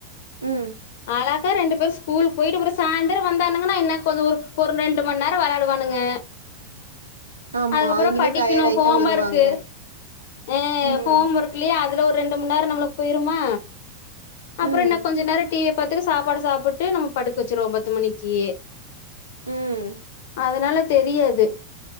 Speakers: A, on the right (about 85°); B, on the left (about 50°).
A: உம்
B: அழகா ரெண்டு பேர் ஸ்கூல் போயிட்டு அப்புறம் சாய்ந்திரம் வந்தானுங்கன்னா இன்ன கொஞ்சம் ஒரு ஒரு ரெண்டு மணி நேரம் விளையாடுவானுங்க
A: ஆமா
B: அதுக்கப்புறம்
A: அவிங்களே
B: படிக்கணும்
A: டயர்ட் ஆயிட்டா
B: ஹோம்
A: வருவாங்க
B: ஒர்க்கு அஹ்
A: ம்
B: ஹோம் ஒர்க்லயே அதுல ஒரு ரெண்டு மணி நேரோ நம்மளுக்கு போயிருமா அப்புறம்
A: ம்
B: என்ன கொஞ்சம் நேரம் டிவி பாத்துட்டு சாப்பாடு சாப்பிட்டு நம்ம படுக்க வச்சருவோம் பத்து மணிக்கு
A: உம்
B: அதனால தெரியாது